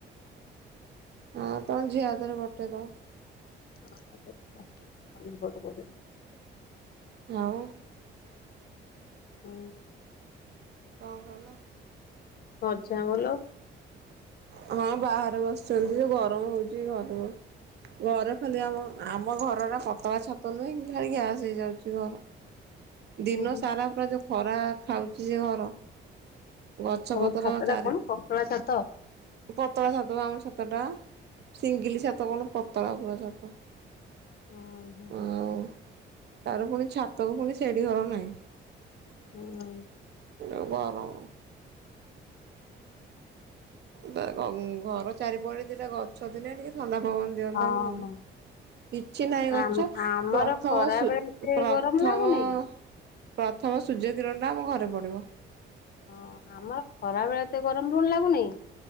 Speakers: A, on the right (about 60°); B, on the left (about 50°).
A: ହଁ ତମ ଝିଅ ହାତରେ ପଟେଇ ଦବ।
B: <unintelligible>
A: ଆଉ
B: ହୁଁ।
A: କଣ କହିଲ?
B: ମଝିଆ ଭଲ।
A: ହଁ ବାହାରେ ବସଛନ୍ତି ଯେ ଗରମ ହଉଛି। ଘରେ ବ ଘରେ ଖାଲି ଆମ। ଆମ ଘରଟା ପତଳା ଛାତ ନୁହେଁ କି ଖାଲି ଗ୍ୟାସ ହେଇଯାଉଛି ଘର। ଦିନସାରା
B: ହୁଁ ହୁଁ
A: ପୁରା ଯୋଉ ଖରା ଖାଉଛି ଯେ ଘର। ଗଛ
B: ତମ
A: ପତ୍ର
B: ଛାତ
A: ଚାରି
B: ଟା କଣ ପତଳା ଛାତ?
A: ପତଳା ଛାତ ବା ଆମ ଛାତଟା। ସିଙ୍ଗିଲି ଛାତ କଣ ପତଳା ପୁରା ଛାତ।
B: ହଁ ହୋ।
A: ଆଉ ତାର ପୁଣି ଛାତକୁ ପୁଣି ସେଡି଼ଘର ନାହିଁ।
B: ହୁଁ।
A: ଯୋଉ ଗରମ। ତା କ ଘର ଚାରିପଟେ ଦିଟା ଗଛ ଥିଲେ ଟିକେ ଥଣ୍ଡା ପବନ ଦିଅନ୍ତା
B: ହଁ
A: କି କଣ। କିଛି ନାହିଁ ଗଛ।
B: ଆମ ଆମର
A: ପ୍ରଥମ
B: ଖରା
A: ସୁ
B: ବେଳେ ଏତେ
A: ପ୍ରଥମ
B: ଗରମ ଲାଗୁନି
A: ପ୍ରଥମେ ସୂର୍ଯ୍ୟ କିରଣଟା ଆମ ଘରେ ପଡି଼ବ।
B: ହଁ ଆମର ଖରା ବେଳେ ଏତେ ଗରମ ପୁଣି ଲାଗୁନାଇ।